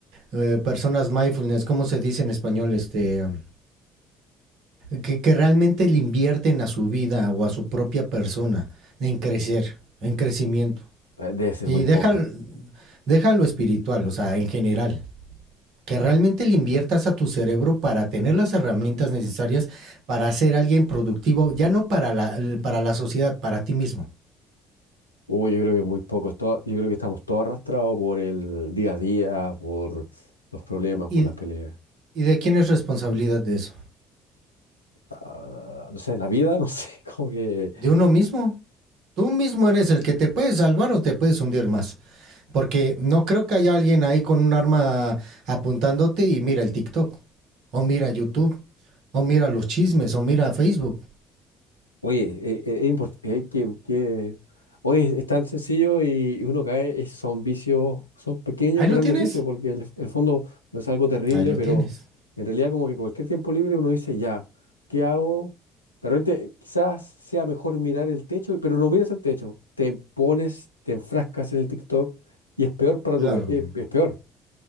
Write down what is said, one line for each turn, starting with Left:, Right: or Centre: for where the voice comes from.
Right: eh, personas mindfulness? ¿Cómo se dice en español? Este, um, que, que realmente le invierten a su vida o a su propia persona en crecer, en crecimiento.
Left: Eh, Debe ser
Right: Y
Left: muy poca.
Right: deja, deja lo espiritual, o sea, en general. Que realmente le inviertas a tu cerebro para tener las herramientas necesarias para ser alguien productivo, ya no para la, para la sociedad, para ti mismo.
Left: Uy, yo creo que muy pocos. Todo- yo creo que estamos todos arrastrados por el día a día, por los problemas,
Right: ¿Y,
Left: por las peleas.
Right: ¿Y de quién es responsabilidad de eso?
Left: Ah, no sé, la vida, no sé, <laughs> como que
Right: De uno mismo. Tú mismo eres el que te puede salvar o te puedes hundir más. Porque no creo que haya alguien ahí con un arma apuntándote y mira el TikTok, o mira YouTube, o mira los chismes, o mira Facebook.
Left: Oye, e, e, es importante que, que- oye, es tan sencillo y uno cae, es- son vicios, son pequeños,
Right: Ahí lo
Left: grandes
Right: tienes,
Left: vicios, porque en el, el fondo no es algo terrible,
Right: ahí lo
Left: pero
Right: tienes.
Left: en realidad como que cualquier tiempo libre uno dice, ya, ¿qué hago? De repente quizás sea mejor mirar el techo, pero no miras el techo, te pones, te enfrascas en el TikTok y es peor para
Right: Claro,
Left: tu, es, es peor.